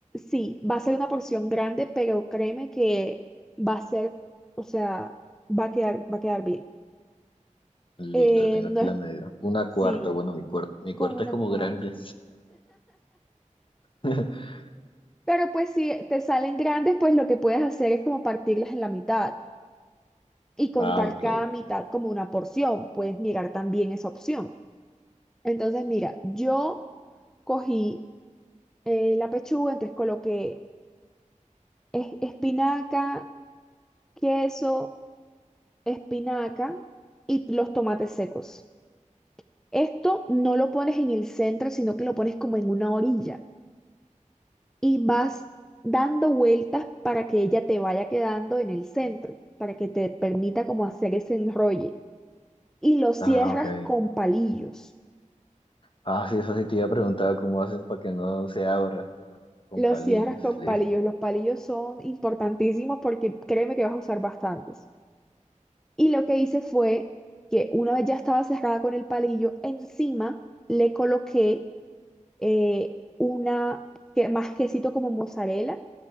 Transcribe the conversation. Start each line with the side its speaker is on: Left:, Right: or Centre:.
Centre: Sí, va a ser una porción grande, pero créeme que va a ser, o sea, va a quedar, va a quedar bien.
Left: Listo,
Centre: Eh,
Left: tengo
Centre: no
Left: aquí
Centre: es,
Left: la medida. Una
Centre: sí,
Left: cuarta, bueno, mi cuarta, mi
Centre: con
Left: cuarta
Centre: una
Left: es como
Centre: cuarta.
Left: grande. <laughs>
Centre: Pero pues si te salen grandes, pues lo que puedes hacer es como partirlas en la mitad y contar
Left: Ah, ok.
Centre: cada mitad como una porción. Puedes mirar también esa opción. Entonces, mira, yo cogí eh, la pechuga, entonces coloqué es- espinaca, queso, espinaca y los tomates secos. Esto no lo pones en el centro, sino que lo pones como en una orilla y vas dando vueltas para que ella te vaya quedando en el centro, para que te permita como hacer ese enrolle. Y lo cierras
Left: Ah, ok.
Centre: con palillos.
Left: Ah, sí, eso sí te iba a preguntar cómo hacen para que no se abra con
Centre: Lo
Left: palillos.
Centre: cierras con
Left: Listo.
Centre: palillos. Los palillos son importantísimos porque créeme que vas a usar bastantes. Y lo que hice fue que una vez ya estaba cerrada con el palillo, encima le coloqué eh, una, que, más quesito como mozzarella